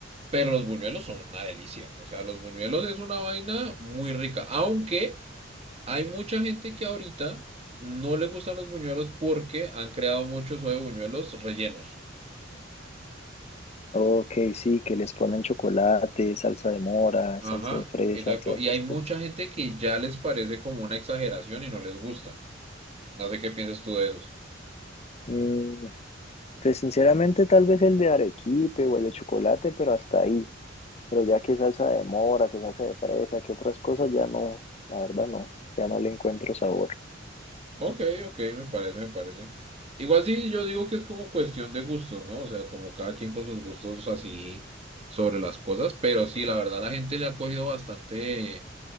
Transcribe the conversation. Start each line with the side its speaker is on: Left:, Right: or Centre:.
Right: Pero los buñuelos son una delicia. O sea, los buñuelos es una vaina muy rica. Aunque hay mucha gente que ahorita no le gustan los buñuelos porque han creado muchos de buñuelos rellenos.
Left: Ok, sí, que les ponen chocolate, salsa de mora,
Right: Ajá,
Left: salsa de fresa,
Right: exacto.
Left: todas
Right: Y
Left: esas
Right: hay
Left: cosas.
Right: mucha gente que ya les parece como una exageración y no les gusta. No sé qué piensas tú de esos.
Left: Mm, pues sinceramente tal vez el de arequipe o el de chocolate, pero hasta ahí. Pero ya que salsa de mora, que salsa de fresa, que otras cosas, ya no, la verdad no, ya no le encuentro sabor.
Right: Ok, ok, me parece, me parece. Igual sí, yo digo que es como cuestión de gustos, ¿no? O sea, como cada quien con sus gustos así sobre las cosas. Pero sí, la verdad, la gente le ha cogido bastante